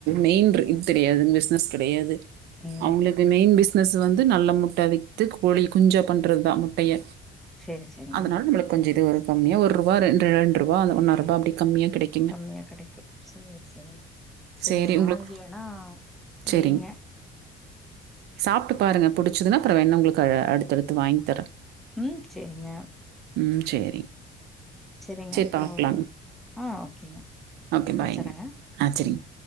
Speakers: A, on the right (about 75°); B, in the centre.
A: மெயின்ரு இது தெரியாது பிஸ்னஸ் கிடையாது
B: ஆ
A: அது மெயின் பிஸ்னஸ் வந்து நல்ல முட்ட வித்து கோழி குஞ்சா பண்றதுதா முட்டைய
B: சரி, சரிங்க.
A: அதனால நம்முளுக்கு கொஞ்சு
B: ம்.
A: இது ஒரு கம்மியா ஒரு ரூபா ரெண்டு ரூபா ஒண்ணா ரூபா அப்படி கம்மியா கெடைக்கு
B: கம்மியா கெடைக்கு செரி செரிங்க செரிங்க
A: சரி
B: வாங்கிவேன்னா
A: உங்களுக்கு சரிங்க.
B: வெயிங்க
A: சாப்பிட்டு பாருங்க புடிச்சதுன்னா அப்புறோ வேன உங்களுக்கு அடுத்தடுத்து வாங்கி தரே
B: ம் சரிங்க
A: ம் செரி
B: சரிங்க.
A: செரி
B: அப்புறம்
A: பாக்கலாங்க
B: ஆ ஓகேங்க.
A: ஓக்கே பாயிங்க
B: வச்சர்றேங்க.
A: ஆ சரிங்க
B: ம்.